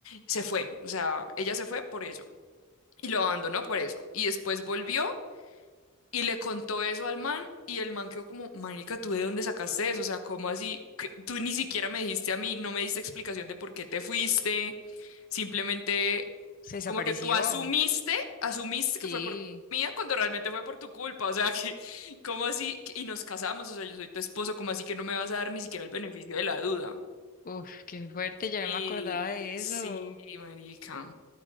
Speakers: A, on the left; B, on the left.
A: se fue. O sea, ella se fue por ello. Y lo abandonó por eso. Y después volvió y le contó eso al man y el man quedó como, marica, ¿tú de dónde sacaste eso? O sea, ¿cómo así? Que Tú ni siquiera me dijiste a mí, no me diste explicación de por qué te fuiste. Simplemente
B: se desapareció.
A: como que tú asumiste, asumiste que
B: Sí.
A: fue por mía cuando realmente fue por tu culpa. O sea, <laughs> que, ¿cómo así? Que- Y nos casamos, o sea, yo soy tu esposo, ¿cómo así que no me vas a dar ni siquiera el beneficio de la duda?
B: Uf, qué fuerte, ya
A: Y
B: no me acordaba de
A: sí,
B: eso.
A: marica.